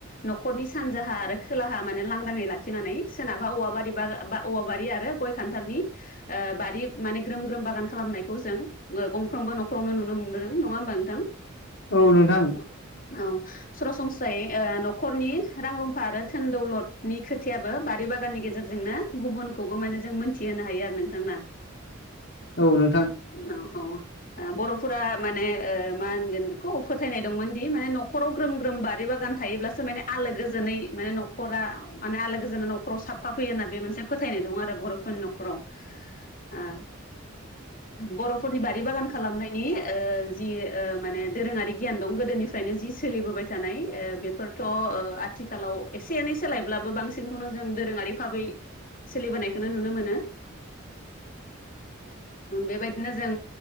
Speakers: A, on the left (about 45°); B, on the left (about 60°).
A: न'खरनि सानजाहा आरो खोलाहा माने लांदाङै लाखिनानै सोरनाबा औवाबारि बा औवाबारि आरो गय खान्थालनि बारि माने ग्रोम ग्रोम बागान खालामनायखौ जों गंफ्रोमबो न'खरावनो नुनो मोनबोदों नङा होमबा नोंथां?
B: औ नोंथां।
A: औ। सरासनस्रायै न'खरनि रां रुफा आरो थोन दौलदनि खोथायाबो बारि बागाननि गेजेरजोंनो गुबुनखौबो माने जों मोनथि होनो हायो आरो नोंथां ना?
B: औ नोंथां।
A: ओम औ औ बर'फोरा माने ओ मा होनगोन बे खौ फोथायनाय दंमोन दि माने नखराव ग्रोम ग्रोम बारि बागान थायोब्लासो माने आलो गोजोनै माने न' न'खरा माने आलो गोजोना न'खराव साफा फैयो होन्ना बे मोनसे फोथायनाय दं आरो बर'फोरनि न'खराव <inaudible> ओ बर'फोरनि बारि बागान खालामनायनि ओ जि माने दोरोङारि गियान दं गोदोनिफ्रायनो जि सोलिबोबाय थानाय ओ बेफोरथ' ओ आथिखालाव एसे एनै सोलायब्लाबो बांसिनखौनो जों दोरोङारि भाबै सोलिबोनायखौनो नुनो मोनो। बेबायदिनो जों